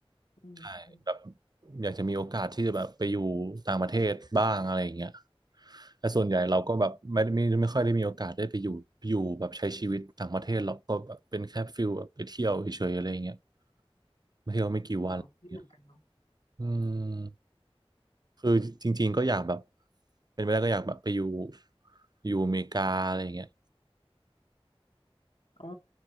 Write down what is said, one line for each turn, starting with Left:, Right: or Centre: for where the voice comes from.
Left: อืมอม
Right: ใช่แบบอยากจะมีโอกาสที่จะแบบไปอยู่ต่างประเทศบ้างอะไรอย่างเงี้ยแต่ส่วนใหญ่เราก็แบบไม่ไม่ไม่ค่อยได้มีโอกาสได้ไปอยู่อยู่แบบใช้ชีวิตต่างประเทศเราก็แบบเป็นแค่ฟิลแบบไปเที่ยวเฉยๆอะไรอย่างเงี้ยไปเที่ยวไม่กี่วันอะไรอย่างเงี้ย
Left: อ๋อไม่เหมือนกันเนาะ
Right: อืม คือจริงๆก็อยากแบบเป็นไปได้ก็อยากแบบไปอยู่อยู่อเมริกาอะไรอย่างเงี้ย
Left: อ๋อ